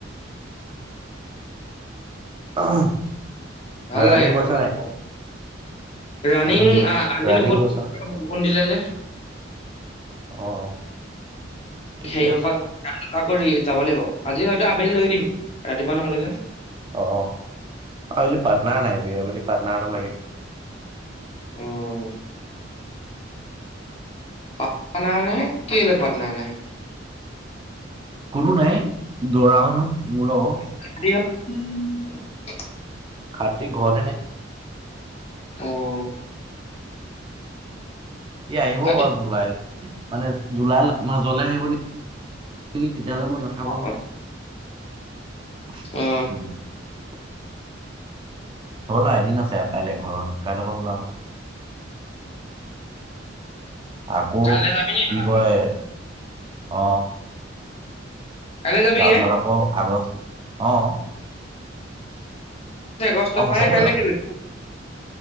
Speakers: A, on the left; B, on the right.
A: উম।
B: <unintelligible>
A: ভাল
B: ৰানিং
A: লাগে
B: গৈছ
A: আমাৰ
B: নাই
A: ভাল। ৰাণিং
B: উম
A: আজি
B: ৰানিং
A: <unintelligible> বৰষুণ
B: গৈছ না
A: দিলে যে।
B: অ'। ঠিকে
A: হেৰিয়
B: আছে
A: পৰা, <unintelligible> যাব লাগিব আজি হয়তো আবেলি লৈ দিম ৰাতিপুৱা নহলে যে।
B: অ', আবেলি পাৰ্টনাৰ নাই বে, আবেলি পাৰ্টনাৰ এটা লাগে।
A: উম। <unintelligible> কেলে পাৰ্টনাৰ নাই?
B: কোনো নাই, দৌৰা মানুহ? মোৰ লগৰ
A: <unintelligible>
B: আপুনি ঘৰতে নে?
A: অ',
B: সি আহিব
A: কাটি
B: বাৰু জুলাইত, মানে জুলাইৰ মাজলে আহিব নেকি? তেতিয়াহ'লে মই নাথাকোঁ
A: অ
B: <unintelligible> <inaudible>
A: অ
B: হ'ল আৰ এদিন আছে আৰু কাইলে ঘৰত কাইলৈৰ পৰা ওলাম। আকৌ,
A: কাইলৈ যাবি নি
B: কি
A: তই
B: কয়, অ,
A: কাইলৈ যাবিগে
B: তাৰপিছত আকৌ, আগষ্ট, অ,
A: তে আগষ্টৰ
B: অ সঁচাকে
A: পৰা কাইলৈ
B: যাম
A: কেলে?